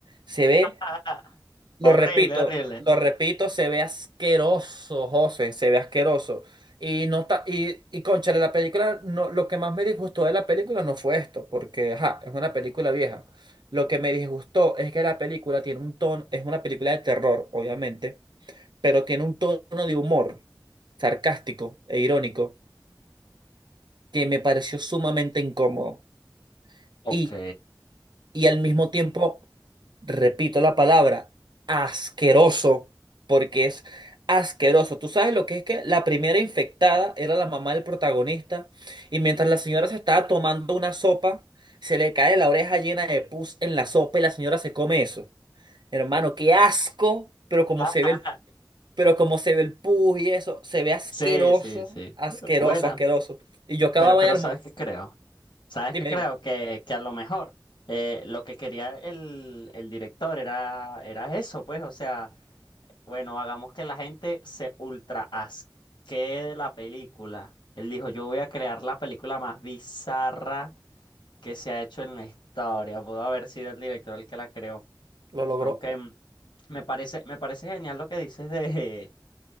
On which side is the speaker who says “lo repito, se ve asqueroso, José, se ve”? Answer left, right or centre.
Right